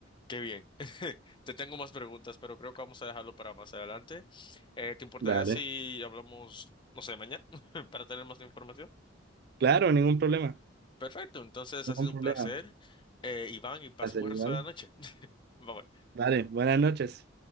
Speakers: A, on the left; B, on the right.
A: qué bien. <laughs> Te tengo más preguntas, pero creo que vamos a dejarlo para más adelante. Eh, ¿te importaría
B: Dale.
A: si hablamos, no sé, mañana <laughs> para tener más información?
B: Claro, ningún problema.
A: Perfecto, entonces
B: Ningún
A: ha sido
B: problema.
A: un placer, eh, Iván, y pasa
B: Va a
A: un
B: ser
A: buen resto
B: igual.
A: de la noche. <laughs> Bye bye.
B: Dale, buenas noches.